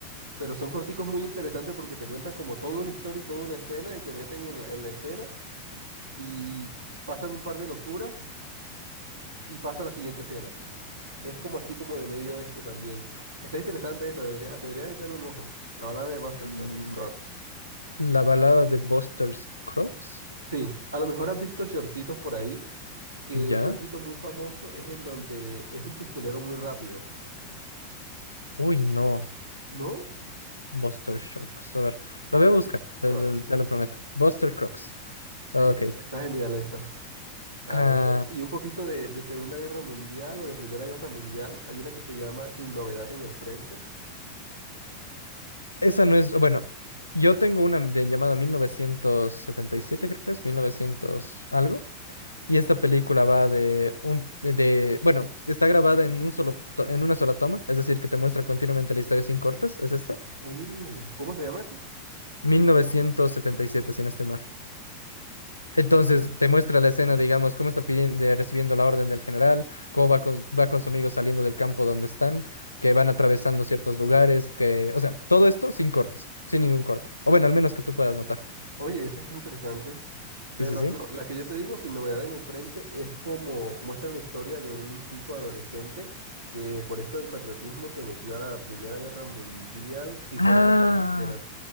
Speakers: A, on the right; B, on the left.
A: pero son corticos muy interesantes porque te cuentan como toda una historia y toda una escena y te meten en la, en la escena y pasan un par de locuras y pasa la siguiente escena. Es como así como de medio oeste también. Está interesante esa, deberías, deberías echarle un ojo. La balada de Buster
B: Mm,
A: Cro- Scruggs.
B: La balada de Buster Scruggs.
A: Sí, a lo mejor has visto shortcitos por ahí, que
B: ¿Ya?
A: un shortcito muy famoso es en donde es un pistolero muy rápido,
B: Uy, no.
A: ¿no?
B: Buster Shocks. A ver,
A: Buster
B: lo voy a buscar, te,
A: Scruggs.
B: te- te lo prometo. Buster Crocs.
A: Sí,
B: Ok.
A: es- está genial esa. A
B: Ah,
A: ver, y un poquito de, de Segunda Guerra Mundial o de Primera Guerra Mundial. Hay una que se llama Sin Novedad en el Frente.
B: esa no es. Bueno, yo tengo una de llamada 1977, creo que es, 1900 algo. Y esta película va de un. De, de- bueno, está grabada en un solo, to- en una sola toma, es decir, que te muestra continuamente la historia sin cortes. ¿Es esta?
A: Uh, ¿cómo se llama eso?
B: 1977, si no estoy mal. Entonces, te muestra la escena, digamos, cómo está pidiendo, eh, recibiendo la orden del general, cómo va con, va con su amigo saliendo del campo donde están, que van atravesando ciertos lugares, que, o sea, todo esto sin cortes, sin ningún corte. O bueno, al menos que tú puedas notar.
A: Oye, esa está interesante. Pero
B: Sí, sí, sí.
A: no, la que yo te digo, sin novedad en el frente, es como muestran la historia de un chico adolescente que por esto del patriotismo se metió a la Primera Guerra Mundial, sí,
B: Ah,
A: fue la Guerra de las Trincheras,